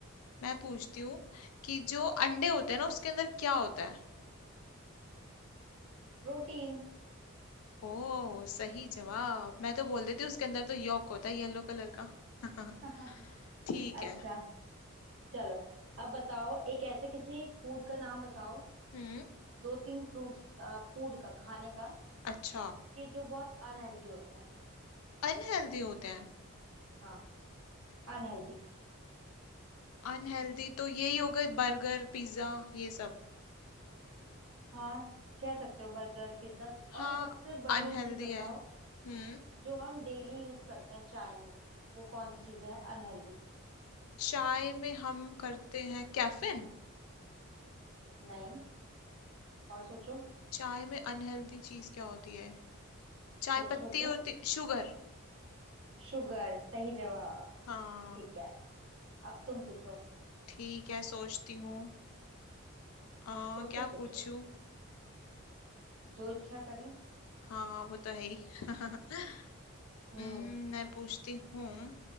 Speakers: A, on the left (about 85°); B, on the right (about 65°).
A: मैं पूछती हूँ कि जो अंडे होते हैं ना उसके अंदर क्या होता है
B: प्रोटीन
A: ओ सही जवाब मैं तो बोल देती हूँ, उसके अंदर तो यॉक होता है येलो कलर का <laughs>
B: <laughs>
A: ठीक
B: अच्छा
A: है
B: चलो अब बताओ एक ऐसे किसी फूड का नाम बताओ
A: हम्म
B: दो तीन फ्रूट्स फूड का खाने का
A: अच्छा
B: कि जो बहुत अनहेल्दी होते हैं
A: अनहेल्दी होते हैं
B: हाँ अनहेल्दी
A: अनहेल्दी तो यही हो गए बर्गर पिज्जा ये सब
B: हाँ कह सकते हो बर्गर पिज्जा
A: हाँ
B: और सबसे बड़ी
A: अनहेल्दी
B: एक चीज बताओ
A: है हम्म
B: जो हम डेली यूज करते हैं चाय में वो कौन सी चीजें है अनहेल्दी
A: चाय में हम करते हैं कैफीन
B: नहीं और सोचो
A: चाय में अनहेल्दी चीज क्या होती है चाय
B: सोचो
A: पत्ती
B: सोचो
A: होती शुगर
B: शुगर सही जवाब
A: हाँ
B: ठीक है अब तुम पूछो
A: ठीक है सोचती हूँ आ
B: सोचो
A: क्या
B: सोचो
A: पूछूं
B: जो इच्छा करे
A: हाँ वो तो है ही <laughs>
B: हम्म
A: हम्म, मैं पूछती हूँ